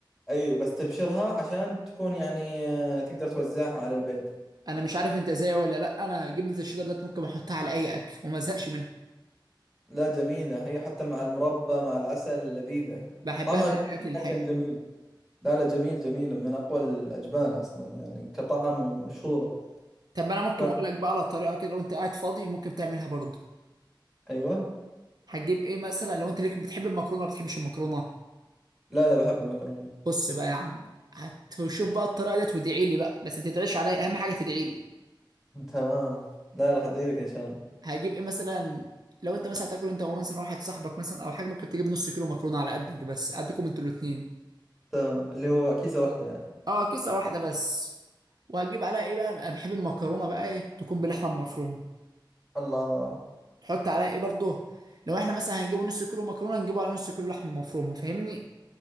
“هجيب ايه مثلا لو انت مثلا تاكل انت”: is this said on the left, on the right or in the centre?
Right